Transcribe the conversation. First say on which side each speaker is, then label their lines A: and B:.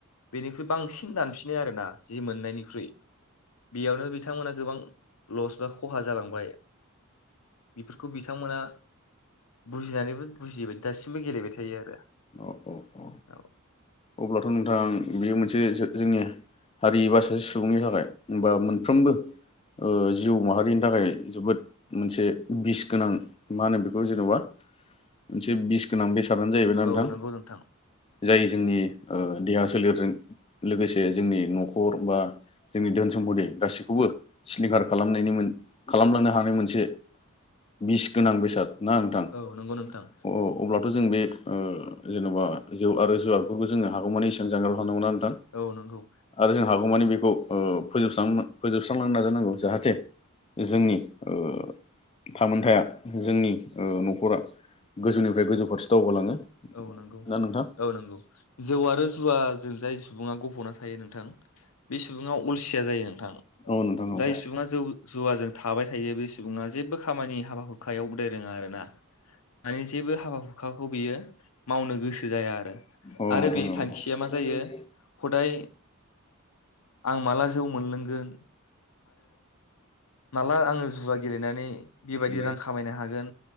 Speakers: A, on the left; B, on the left.
A: बेनिख्रुइ बांसिन दानफिनो आरोना जि मोननायनिख्रुइ बेयावनो बिथांमोना गोबां लस बा खहा जालांबाय। <inaudible> बेफोरखौ बिथांमोना बुजिनानैबो बुजियैबादि दासिमबो गेलेबाय थायो आरो।
B: औ औ औ अब्लाथ' नोंथां बेयो मोनसे जोंनि हारि बा सासे सुबुंनि थाखाय होनबा मोनफ्रोमबो ओ जिउ माहारिनि थाखाय जोबोद मोनसे बिस गोनां मा होनो बेखौ जेनबा मोनसे बिस गोनां बेसादानो जाहैबाय ना
A: औ
B: नोंथां
A: नंगौ नोंथां
B: जाय जोंनि देहा सोलेरजों लोगोसे जों जोंनि न'खर बा जोंनि धोन सम्फदि गासैखौबो सिलिंखार खालामनायनि मोन खालामलांनो हानाय मोनसे बिस गोनां बेसाद ना नोंथां
A: औ नंगौ नोंथां
B: अ-अब्लाथ जों बे ओ जेनबा जौ आरो जुवाफोरखौ जोङो हागौमानि इसेबां जानगारायाव थांनांगौ ना नोंथां
A: औ नंगौ
B: आरो जों हागौमानि बेखौ फोजोबस्रां फोजोबस्रांलांनो नाजागोन नंगौ जाहाथे जोंनि ओ
A: <unintelligible>
B: थामोनथाया जोंनि ओ न'खरा गोजौनिफ्राय गोजौ फारसे दावगालाङो
A: औ नंगौ
B: ना नोंथां
A: औ नंगौ जौ आरो जुवाजों जाय सुबुङा गफ'ना थायो नोंथां बे सुबुङा अलसिया जायो नोंथां
B: औ नोंथां औ
A: जाय जौ जुवाजों थाबाय थायो बे सुबुङा जेबो खामानि हाबा हुखायाव उदाय रोङा आरोना मानि जेबो हाबा हुखाखौ बियो मावनो गोसो जाया आरो
B: औ
A: आरो
B: नोंथां
A: बे थांखिया मा जायो
B: औ
A: हदाय आं माला जौ मोनलोंगोन माला आङो जुवा गेलेनानै बेबायदि
B: अ
A: रां खामायनो हागोन